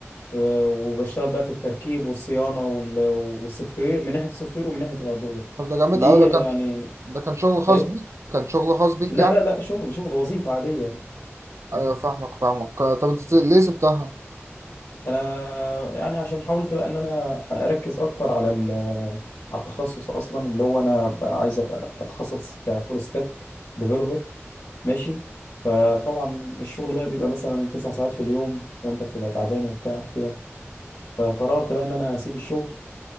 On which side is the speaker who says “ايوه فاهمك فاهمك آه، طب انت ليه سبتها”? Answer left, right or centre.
Right